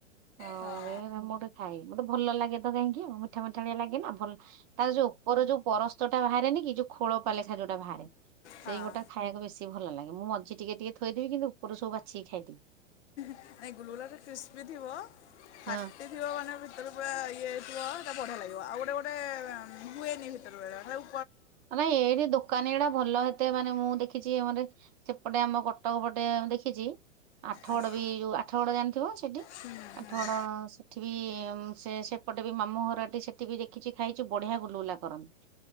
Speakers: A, on the right; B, on the left.
A: ହ
B: ହଁ
A: ମୁଁ କଇବି ମୁଁ ଗୋଟେ ଖାଇବି ମତେ ଭଲ ଲାଗେ ତ କାହିଁକି ଆଉ ମିଠା ମିଠାଳିଆ ଲାଗେ ନା ଭଲ ତାର ଯୋଉ ଉପର ଯୋଉ ପରସ୍ତ ଟା ଭାରେନି କି ଯୋଉ ଖୋଳପା ଲେଖା ଯୋଉଟା ଭାରେ।
B: ହଁ
A: ସେଇ ଗୋଟା ଖାଇବାକୁ ବେଶୀ ଭଲ ଲାଗେ ମୁଁ ମଝି ଟିକେ ଟିକେ ଥୋଇଦେବି କିନ୍ତୁ ଉପରୁ ସବୁ ବାଛିକି ଖାଇଦେବି।
B: ନାଇଁ ଗୁଲୁଗୁଲା ଟା କ୍ରିସ୍ପି ଥିବ ଫାଟି
A: ହଁ।
B: ଥିବ ମାନେ ଭିତରେ ପୁରା ଇଏ। ଥିବ ସେଇଟା ବଢ଼ିଆ ଲାଗିବ ଆଉ ଗୋଟେ ଗୋଟେ ଏ ମ ହୁଏନି ଭିତରୁ ବେଳେ ଖାଲି ଉ
A: ନାଇ ଏଇଠି ଦୋକାନୀ ଏଡ଼ା ଭଲ ହେ ମତେ ମାନେ ମୁଁ ଦେଖିଛି ଆମର ସେପଟେ ଆମ କଟକ ପଟେ ମୁ ଦେଖିଛି। ଆଠଗଡ
B: ଆଜ୍ଞା।
A: ବି ଯୋଉ ଆଠଗଡ ଜାଣିଥିବ ସେଠି
B: ହୁଁ, ହୁଁ,
A: ଆଠ
B: ହଁ
A: ଗଡ ସେଠି ବି। ସେ ସେପଟେ ବି ମାମୁଁ ଘରଟି ସେଠି ବି ଦେଖିଛି ଖାଇଛି ବଢିଆ ଗୁଲୁଗୁଲା କରନ୍ତି।